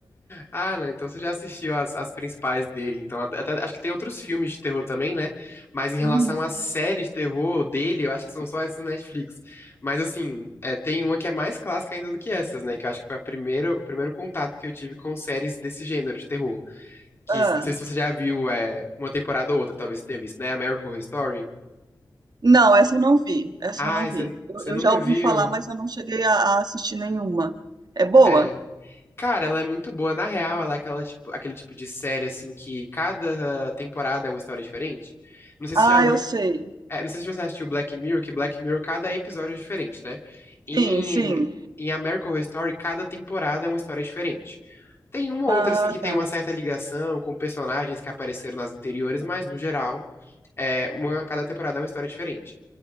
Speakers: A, on the left (about 30°); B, on the right (about 60°).
A: Ah, não, então você já assistiu as, as principais dele. Então, até- até- acho que tem outros filmes de terror também, né? Mas em relação
B: Uhum.
A: à série de terror dele, eu acho que são só essas na Netflix. Mas assim, é, tem uma que é mais clássica ainda do que essas, né? Que eu acho que foi a primeira, o primeiro contato que eu tive com séries desse gênero de terror. Que
B: Ah,
A: não sei se você já viu é, uma temporada ou outra, talvez você tenha visto, né? American Horror Story.
B: não, essa eu não vi. Essa
A: Ah,
B: eu não vi.
A: você,
B: Eu,
A: você
B: eu
A: nunca
B: já ouvi
A: viu?
B: falar, mas eu não cheguei a, a assistir nenhuma. É boa?
A: É. Cara, ela é muito boa. Na real, ela é aquela tipo, aquele tipo de série, assim, que cada ah, temporada é uma história diferente. Não sei se
B: Ah,
A: você já ouviu,
B: eu sei.
A: é, não sei se você assistiu Black Mirror, que Black Mirror, cada episódio é diferente, né? Em,
B: Sim, sim.
A: em American Horror Story, cada temporada é uma história diferente. Tem uma
B: Ah,
A: ou outra, assim, que tem
B: tá.
A: uma certa ligação com personagens que apareceram nas anteriores, mas, no geral, é uma, cada temporada é uma história diferente.